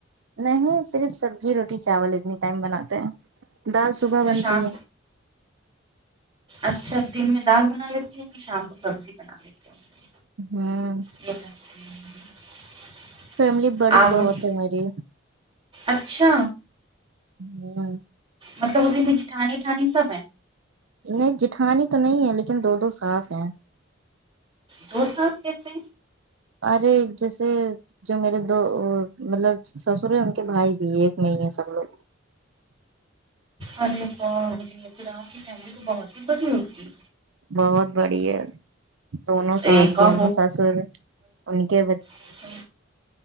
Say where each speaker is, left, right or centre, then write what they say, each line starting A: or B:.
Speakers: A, on the right; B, on the right.
A: نہیں صرف سبزی روٹی چاول اتنی ٹائم بناتے ہیں دال صبح
B: اچھا
A: بنتی
B: شام
A: ہے
B: اچھا دن میں دال بنا لیتی ہوگی شام کو سبزی بنا لیتی ہوگی
A: ہمم
B: <inaudible>
A: فیملی بڑی
B: آلو
A: بہت
B: کی
A: ہے میری
B: اچھا
A: ہمم
B: مطلب اسی میں جٹھانی وٹھانی سب ہے
A: نہیں جٹھانی تو نہیں ہے لیکن دو دو ساس ہیں
B: دو ساس کیسے
A: ارے جیسے جو میرے دو مطلب سسر ہے ان کے بھائی بھی ایک میں ہی ہے سب لوگ
B: ارے باپرے پھر آپکی فیملی تو بہت ہی بڑی ہوگی
A: بہت بڑی ہے دونوں ساس
B: ایکا
A: دونوں سسر ان کے ب
B: اچھا